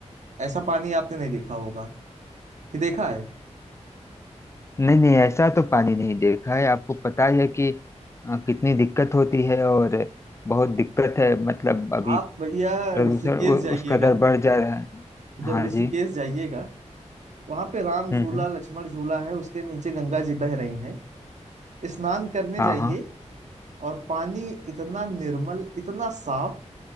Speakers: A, on the right; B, on the left.
A: ऐसा पानी आपने नहीं देखा होगा कि देखा है
B: नहीं नहीं ऐसा तो पानी नहीं देखा है आपको पता ही है कि अ, कितनी दिक्कत होती है और बहुत दिक्कत है मतलब अभी
A: आप भैया
B: प्रदूषण
A: ऋषिकेश
B: उ-
A: जाइएगा
B: उस कदर बढ़ जा रहा है
A: जब
B: हाँ
A: ऋषिकेश
B: जी
A: जाइएगा वहां पे राम झूला
B: हम्म हम्म
A: लक्ष्मण झूला है उसके नीचे गंगा जी बह रही हैं स्नान करने
B: हाँ
A: जाइए
B: हाँ
A: और पानी इतना निर्मल इतना साफ